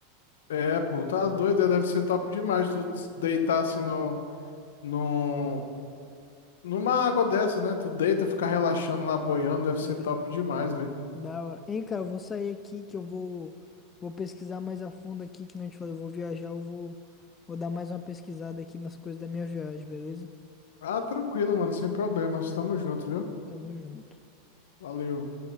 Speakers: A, on the left; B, on the left.
A: É, pô, tá doido, é, deve ser top demais tu deitar assim no, no, numa água dessa, né? Tu deita, fica relaxando lá, boiando, deve ser
B: É.
A: top demais, velho.
B: Da hora. Hein, cara, eu vou sair aqui que eu vou, vou pesquisar mais a fundo aqui, que não te falei, eu vou viajar, eu vou, vou dar mais uma pesquisada aqui nas coisas da minha viagem, beleza?
A: Ah, tranquilo, mano, sem problemas, tamo junto, viu?
B: Tamo junto.
A: Valeu.